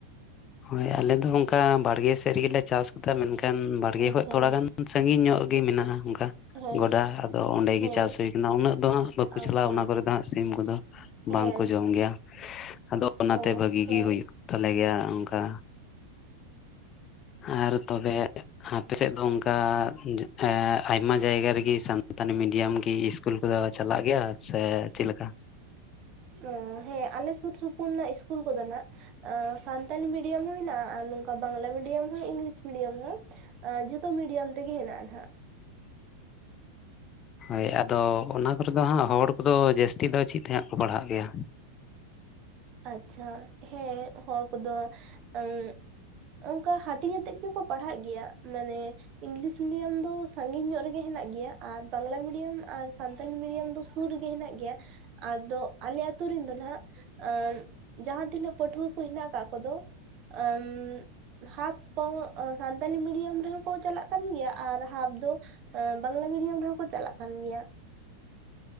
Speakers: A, on the left (about 30°); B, on the right (about 40°).
A: ᱦᱳᱭ ᱟᱞᱮ ᱫᱚ ᱚᱱᱠᱟ ᱵᱟᱲᱜᱮ ᱥᱮᱫ ᱨᱮᱜᱮᱞᱮ ᱪᱟᱥ ᱠᱟᱫᱟ ᱢᱮᱱ ᱠᱷᱟᱱ ᱵᱟᱲᱜᱮ
B: ᱟᱪᱪᱷᱟ
A: ᱠᱷᱚᱡ ᱛᱷᱚᱲᱟ ᱜᱟᱱ ᱥᱟᱺᱜᱤᱧ ᱧᱚᱜ ᱜᱮ ᱢᱮᱱᱟᱜᱼᱟ ᱚᱱᱠᱟ
B: ᱦᱮᱸ
A: ᱜᱚᱰᱟ ᱟᱫᱚ ᱚᱸᱰᱮ
B: ᱦᱮᱸ
A: ᱜᱮ ᱪᱟᱥ ᱦᱩᱭ ᱠᱟᱱᱟ ᱩᱱᱟᱹᱜ ᱫᱚ ᱦᱟᱸᱜ ᱵᱟᱠᱚ
B: ᱟᱪᱪᱷᱟ
A: ᱪᱟᱞᱟᱜᱼᱟ ᱚᱱᱟ ᱠᱚᱨᱮ ᱫᱚ ᱦᱟᱸᱜ ᱥᱤᱢ ᱠᱚᱫᱚ,
B: ᱦᱮᱸ
A: ᱵᱟᱝ ᱠᱚ ᱡᱚᱢ ᱜᱮᱭᱟ ᱟᱫᱚ ᱚᱱᱟᱛᱮ
B: ᱚ
A: ᱵᱷᱟᱹᱜᱤ
B: ᱦᱮᱸ
A: ᱜᱮ ᱦᱩᱭᱩᱜ ᱛᱟᱞᱮ ᱜᱮᱭᱟ᱾ ᱚᱝᱠᱟ ᱟᱨ ᱛᱚᱵᱮ ᱟᱯᱮᱥᱮᱫ ᱫᱚ ᱚᱱᱠᱟ ᱡᱟᱹ ᱮᱸ ᱟᱭᱢᱟ ᱡᱟᱭᱜᱟ ᱨᱮᱜᱮ ᱥᱟᱱᱛᱟᱞᱤ ᱢᱤᱰᱤᱭᱟᱢ ᱠᱤ ᱤᱥᱠᱩᱞ ᱠᱚᱫᱚ ᱪᱟᱞᱟᱜ ᱜᱮᱭᱟ ᱥᱮ ᱪᱮᱫ ᱞᱮᱠᱟ? <inaudible>
B: ᱛᱚ ᱦᱮᱸ ᱟᱞᱮ ᱥᱩᱨ ᱥᱩᱯᱩᱨ ᱨᱮᱱᱟᱜ ᱤᱥᱠᱩᱞ ᱠᱚᱫᱚ ᱱᱟᱜ ᱟᱸ ᱥᱟᱱᱛᱟᱞᱤ ᱢᱤᱰᱤᱭᱟᱢ ᱦᱚᱸ ᱢᱮᱱᱟᱜᱼᱟ, ᱟᱨ ᱱᱟᱝ ᱚᱱᱠᱟ ᱵᱟᱝᱞᱟ ᱢᱤᱰᱤᱭᱟᱢ ᱦᱚᱸ ᱤᱝᱞᱤᱥ ᱢᱤᱰᱤᱭᱟᱢ ᱦᱚᱸ ᱟᱸ ᱡᱷᱚᱛᱚ ᱢᱤᱰᱟᱢ ᱛᱮᱜᱮ ᱦᱮᱱᱟᱜᱼᱟ ᱱᱟᱜ᱾
A: ᱦᱳᱭ ᱟᱫᱚ ᱚᱱᱟ ᱠᱚᱨᱮ ᱫᱚ ᱦᱟᱸᱜ ᱦᱚᱲ ᱠᱚᱫᱚ ᱡᱟᱹᱥᱛᱤ ᱫᱚ ᱪᱮᱫ ᱛᱮ ᱦᱟᱸᱜ ᱠᱚ ᱯᱟᱲᱦᱟᱜ ᱜᱮᱭᱟ?
B: ᱟᱪᱪᱷᱟ ᱦᱮᱸ ᱦᱚᱲ ᱠᱚᱫᱚ ᱟᱹᱩᱸ ᱚᱱᱠᱟ ᱦᱟᱹᱴᱤᱧ ᱟᱛᱮᱜ ᱜᱮᱠᱚ ᱯᱟᱲᱦᱟᱜ ᱜᱮᱭᱟ ᱢᱟᱱᱮ ᱤᱝᱞᱤᱥ ᱢᱤᱰᱤᱭᱟᱢ ᱫᱚ ᱥᱟᱜᱤᱧ ᱧᱚᱜ ᱨᱮᱜᱮ ᱦᱮᱱᱟᱜ ᱜᱮᱭᱟ, ᱟᱨ ᱵᱟᱝᱞᱟ ᱢᱤᱰᱤᱭᱟᱢ ᱟᱨ ᱥᱟᱱᱛᱟᱞᱤ ᱢᱤᱰᱤᱭᱟᱢ ᱫᱚ ᱥᱩᱨ ᱨᱮᱜᱮ ᱦᱮᱱᱟᱜ ᱜᱮᱭᱟ ᱟᱫᱚ ᱟᱞᱮ ᱟᱛᱩ ᱨᱮᱱ ᱫᱚ ᱱᱟᱜ ᱟᱸᱜᱢ ᱡᱟᱦᱟᱸ ᱛᱤᱱᱟᱹᱜ ᱯᱟᱹᱴᱷᱩᱣᱟᱹ ᱠᱚ ᱦᱮᱱᱟᱜ ᱠᱟᱜ ᱠᱚᱫᱚᱢ ᱟᱢ ᱦᱟᱯ ᱠᱚᱦᱚᱸ ᱥᱟᱱᱛᱟᱞᱤ ᱢᱤᱰᱤᱭᱟᱢ ᱨᱮᱦᱚᱸ ᱠᱚ ᱪᱟᱞᱟᱜ ᱠᱟᱱ ᱜᱮᱭᱟ ᱟᱨ ᱦᱟᱯ ᱫᱚ ᱟᱸ ᱵᱟᱝᱞᱟ ᱢᱤᱰᱤᱭᱟᱢ ᱨᱮᱦᱚᱸᱠᱚ ᱪᱟᱞᱟᱜ ᱠᱟᱱ ᱜᱮᱭᱟ᱾